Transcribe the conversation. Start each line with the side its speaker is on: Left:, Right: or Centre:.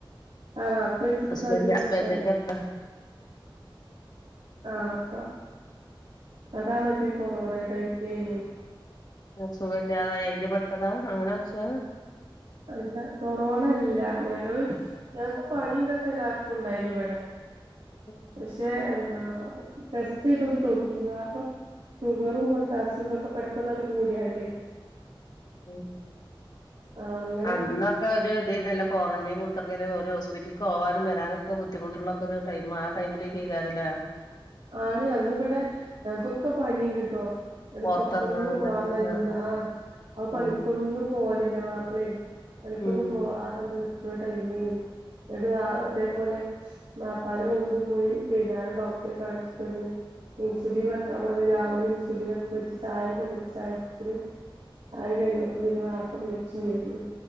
Right: ആഹ വാപ്പ മരിച്ചിട്ട്
Left: ഹസ്ബൻഡ്
Right: ഇപ്പ അഞ്ച്
Left: ഹസ്ബൻഡ്
Right: വർഷായി
Left: ന്റെ ഇപ്പ
Right: ആഹ് പ്പ അതാ മറ്റേ കൊറോണ ടൈമിലെന്
Left: സുഖല്ലാതായി അയില് പെട്ടതാ അങ്ങനെ മരിച്ചതാ
Right: അല്ല കൊറോണ അല്ല ഞങ്ങള് ഞങ്ങക്ക് പണി തൊക്കെ എല്ലാർക്കും ഉണ്ടായിനി ഇവിടെ
Left: <unintelligible>
Right: പക്ഷെ എന്താ ടെസ്റ്റ് ചെയ്തോക്കിന് വാപ്പ ഷുഗറും പൊട്ടാസിയും ഇതൊക്കെ പെട്ടന് കൂടിയാണ്ടേ
Left: ഉം
Right: ആ അങ്ങനെ
Left: അന്നൊക്കെ ഒരു ഇതേ യുന്നല്ലാ ക്വാറന്റൈൻ കൊടുത്തിറക്കങ്കല് ഒരു ഹോസ്പിറ്റലിൽ പോകാനും വരാനൊക്കെ ബുദ്ധിമുട്ടുള്ളൊ ഒരു ടൈ ആടമിലേക്ക്കാരംല്ലേ.
Right: ആണ് അന്ന് ഇവിടെ ഞങ്ങക്കൊക്കെ പനിണ്ടിട്ടോ. എടെ
Left: പൊറത്തെറങ്ങാനും
Right: പുറത്തൊന്നും പോവാന്ന്
Left: പറ്റൂല
Right: കഴ്ചൂല ആ അവ പണിക്കൊന്നും.
Left: ഉം
Right: പോലില്ല മാപ്പിളെ പണിക്കൊന്നും
Left: ഉം
Right: പോകതൊ വിടെ ആ ടെയ് മേനി ന്നിട്ട് ഇതേപോലെ വാപ്പാനെ കൊണ്ടുപോയി വൈനാരം ഡോക്ടറെ കാണിച്ച് കൊടുന്. ഇൻസുലിൻ വക്കാൻ പറഞ്ഞു രവിലൊ ഇൻസുലിൻ വച്ച്. ചായക്ക കുടിച് ആയപോതിന്. ആയി കഴിഞ്ഞപ്പോ പിന്നെ വപ്പ മരിച്ചു ചൊയ്ത്.